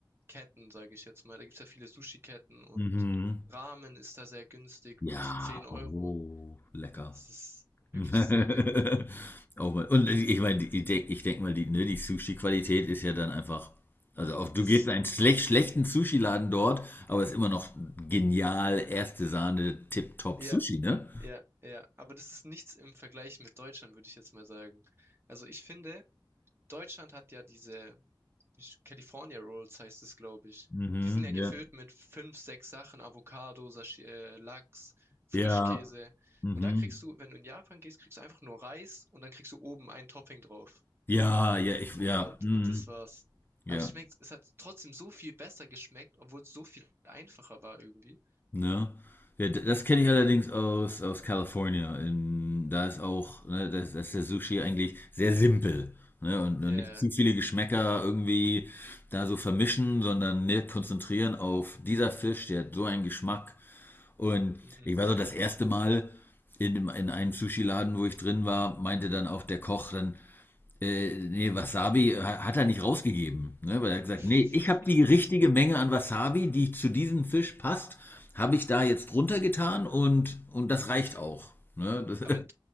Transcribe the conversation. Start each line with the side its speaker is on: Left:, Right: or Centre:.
Right: Ketten, sage ich jetzt mal. Da gibt's ja viele Sushi-Ketten und
Left: Mhm.
Right: Ramen ist da sehr günstig,
Left: Ja,
Right: kostet 10 Euro.
Left: oh, lecker.
Right: Es ist wirklich
Left: <laughs>
Right: sehr lecker.
Left: Oh Mann. Und ich meine, ich denke ich denk mal, die, ne, die Sushi-Qualität ist ja dann einfach, also auch du
Right: Es,
Left: gehst in einen schlecht, schlechten Sushi-Laden dort, aber es ist immer noch genial, erste Sahne, tipptopp
Right: ja,
Left: Sushi, ne?
Right: ja, ja. Aber das ist nichts im Vergleich mit Deutschland, würde ich jetzt mal sagen. Also ich finde, Deutschland hat ja diese ich- California Rolls heißt es, glaube ich.
Left: Mhm,
Right: Die sind ja gefüllt
Left: ja.
Right: mit fünf, sechs Sachen, Avocado, Sashi äh, Lachs, Frischkäse.
Left: Ja, mhm.
Right: Und da kriegst du, wenn du in Japan gehst, kriegst du einfach nur Reis und dann kriegst du oben ein Topping drauf.
Left: Ja, ja, ich,
Right: U-
Left: ja,
Right: Und,
Left: mhm.
Right: und das war's.
Left: Ja.
Right: Aber es schmeckt, es hat trotzdem so viel besser geschmeckt, obwohl es so viel einfacher war irgendwie.
Left: Ne? Ja, d- das kenne ich allerdings aus, aus California. In, da ist auch, ne, da ist, da ist der Sushi eigentlich sehr simpel. Ne? Und,
Right: Ja.
Left: und nicht zu viele Geschmäcker irgendwie da so vermischen, sondern ne, konzentrieren auf dieser Fisch, der hat so einen Geschmack. Und
Right: Mhm.
Left: ich war so das erste Mal in, dem- in einem Sushi-Laden, wo ich drin war, meinte dann auch der Koch dann, äh, nee, Wasabi hat er nicht rausgegeben. Ne? Weil er hat gesagt,
Right: <laughs>
Left: nee, ich habe die richtige Menge an Wasabi, die zu diesem Fisch passt, habe ich da jetzt drunter getan und, und das reicht auch. Ne? Das, <laughs>
Right: Aber in,